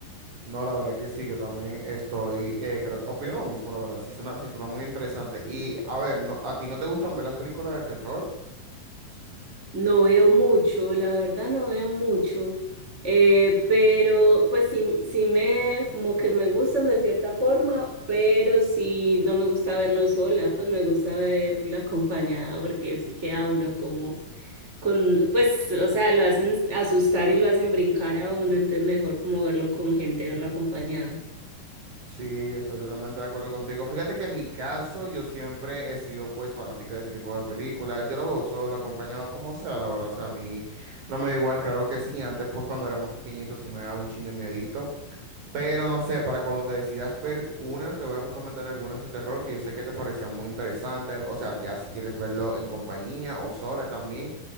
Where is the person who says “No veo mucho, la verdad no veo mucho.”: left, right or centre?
Right